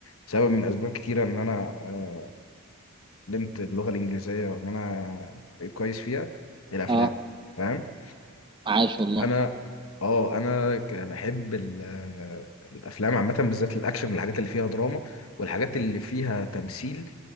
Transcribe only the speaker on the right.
اه
عاش والله